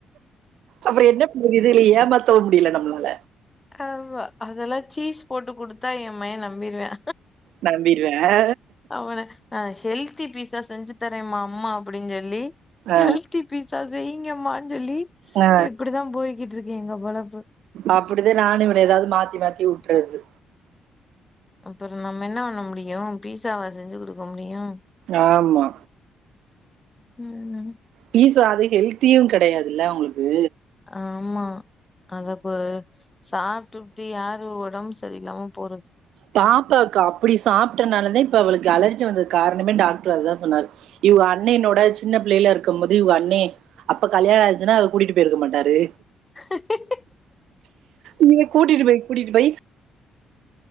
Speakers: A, on the right; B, on the left.
A: அப்புறம் என்ன பண்றது இதுயில ஏமாத்தவும் முடியல நம்பளால
B: ஆமா அதெல்லா சீஸ் போட்டு குடுத்தா என் மைய நம்பிருவா
A: நம்பிருவா
B: அவன அ ஹெல்த்தி பீஸா செஞ்சு தரேம்மா அம்மா அப்படின் சொல்லி
A: ஆ,
B: ஹெல்த்தி பீசா செய்ங்கம்மா சொல்லி
A: ஆ.
B: இப்படித்தா போய்கிட்ருக்கு எங்க பொழப்பு
A: அப்படிதா நானும் இவன எதாவ்து மாத்தி மாத்தி விட்றது
B: அப்புறம் நம்ம என்ன பண்ண முடியும் பீஸாவா செஞ்சு குடுக்க முடியும்
A: ஆமா
B: ம்
A: பிஸ்சா அது ஹெல்த்தியும் கெடயாதுல அவுங்ளுக்கு
B: ஆமா அதக்கு சாப்ட்டு விப்ட்டு யாரு ஒடம்பு சரியில்லாம போறது
A: சாப்டுவாக்க அப்படி சாப்ட்டனாலதா இப்ப அவளுக்கு அலர்ஜி வந்த காரணமே டாக்டர் அதா சொன்னாரு இவ அண்ணயனோட சின்ன பிள்ளையில இருக்கும் போது இவ அண்ணெ அப்ப கல்யாணம் ஆய்ச்சுன்னா அத கூட்டிட்டு போயிருக்க மாட்டாரு
B: ஹ
A: நீங்க கூட்டிட்டு போய் கூட்டிட்டு போய்